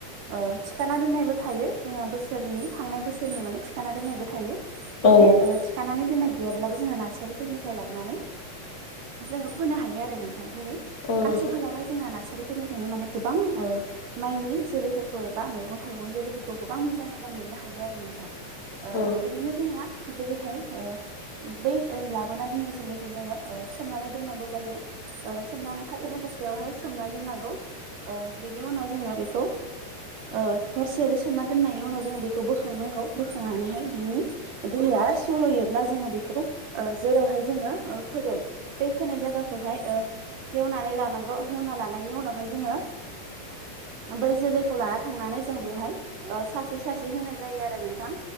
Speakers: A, on the right; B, on the left.
A: ओ थिखाना दोननायबो थायो जोंहा बोसोरनि थांनाय बोसोरनि माने थिखाना दोननायबो थायो जुदि
B: औ
A: ओ थिखानानै दोननाय गैयाब्लाबो जोंङो नार्सारि निफ्राय लाबोनानै जोङो फोनो हायो आरो नोंथां जेरै
B: औ नोंथां
A: आथिखालावहाय जोंना नार्सारिफोरनिफ्रायनो माने गोबां ओ माइनि जोलैफोरखौ एबा मैगं थाइगं जोलैफोरखौ गोबां मोजां मोजां मोननो हायो आरो नोंथां ओ
B: औ
A: बिदिनो जोंहा जेरैहाय ओ बै लाबोना दोननाय जोलैखौ जोंङो ओ सोमनानै दोननांगौ जायो ओ सोमनानै फाथोनि बस्थायावहाय सोमनानै दोननांगौ ओ बेनि उनाव जोंङो बेखौ ओ हरसे आरो सोमना दोननायनि उनाव जों बेखौ बोखांनांगौ बोखांनानैहाय बिनि दैया सरयोब्ला जोंङो बेखौ जेरावहाय जोंङो फोगोन बै फोनाय जायगाखौहाय ओ हेवनानै लानांगौ हेवना लानायनि उनावहाय जोंङो बै जोलैखौ लाना थांनानै जों बेवहाय ओ सासे सासे होनाय जायो आरो नोंथां